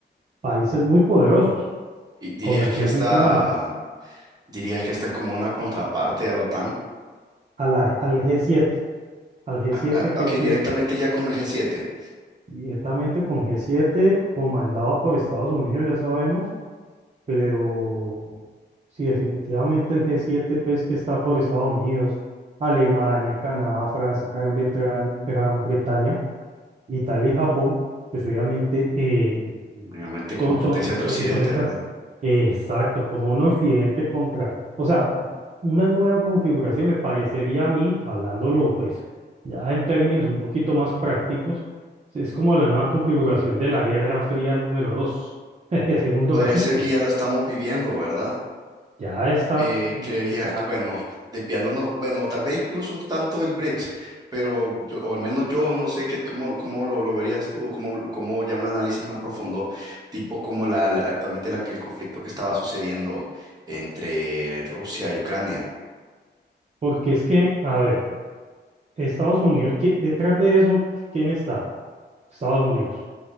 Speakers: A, on the right (about 40°); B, on the right (about 20°).
A: países muy poderosos,
B: y- dirías
A: comercialmente
B: que esta,
A: hablando.
B: dirías que esta es como una contraparte a la OTAN.
A: a la- al g siete al g
B: Ah,
A: siete
B: ah,
A: que
B: ok,
A: es el
B: directamente ya con el g siete,
A: directamente con g siete comandado por Estados Unidos, ya sabemos, pero sí, definitivamente el g siete pues que está por Estados Unidos, Alemania, Canadá, Francia, Gran Bretaña, Gran Bretaña Italia y Japón, pues obviamente eh,
B: mayormente
A: son,
B: como potencias
A: son,
B: de
A: son,
B: Occidente,
A: son esas,
B: ¿verdad?
A: eh, exacto, como un occidente contra, o sea, una nueva configuración me parecería a mí, hablándolo pues ya en términos un poquito más prácticos, es como la nueva configuración de la Guerra Fría número dos <laughs> segundo
B: Podría
A: capítulo.
B: ser que ya lo estamos viviendo, ¿verdad?
A: Ya está,
B: Eh, creería,
A: ya,
B: bueno, desviándonos, bueno, o tal vez incluso un tanto del BRICS, pero yo, o al menos yo no sé qué, cómo, cómo lo, lo verías tú, o cómo, cómo ya un análisis más profundo, tipo como la, la- actualmente la- el conflicto que estaba sucediendo entre Rusia y Ucrania.
A: porque es que, a ver, Estados Unidos, ¿qui- detrás de eso, ¿quién está? Estados Unidos.